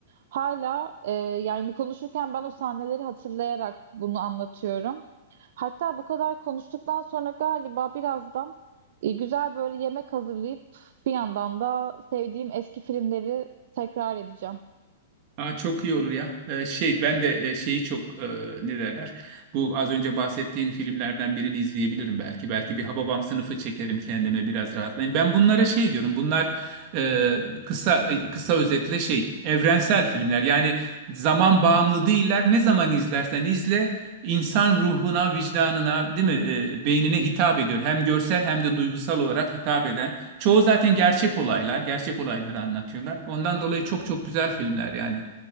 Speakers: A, on the right (about 65°); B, on the right (about 40°).
A: Hala e, yani konuşurken ben o sahneleri hatırlayarak bunu anlatıyorum. Hatta bu kadar konuştuktan sonra galiba birazdan e, güzel böyle yemek hazırlayıp bir yandan da sevdiğim eski filmleri tekrar edeceğim.
B: Ha, çok iyi olur ya. Ee, şey ben de e, şeyi çok e, ne derler? Bu az önce bahsettiğin filmlerden birini izleyebilirim belki. Belki bir Hababam sınıfı çekerim kendime biraz rahatlayayım. Ben bunlara şey diyorum. Bunlar e, kısa e, kısa özetle şey evrensel filmler. Yani zaman bağımlı değiller. Ne zaman izlersen izle insan ruhuna, vicdanına, değil mi? E, beynine hitap ediyor. Hem görsel hem de duygusal olarak hitap eden. Çoğu zaten gerçek olaylar, gerçek olayları anlatıyorlar. Ondan dolayı çok çok güzel filmler yani.